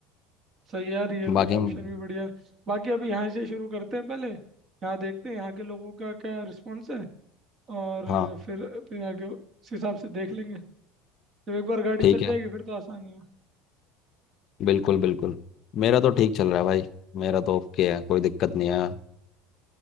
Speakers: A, on the right; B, on the left.
A: सही यार ये
B: बाकी
A: ये ऑप्शन
B: हम-
A: भी बढ़िया है। बाकी अभी यहाँ से शुरू करते हैं पहले यहाँ देखते हैं यहाँ के लोगों का क्या रिस्पॉन्स है और
B: हाँ
A: फिर फिर आगे उस हिसाब से देख लेंगे जब एक बार गाड़ी
B: ठीक
A: चल
B: है
A: जाएगी फिर तो आसानी है
B: बिल्कुल बिल्कुल मेरा तो ठीक चल रहा है भाई मेरा तो ओके है कोई दिक्कत नहीं है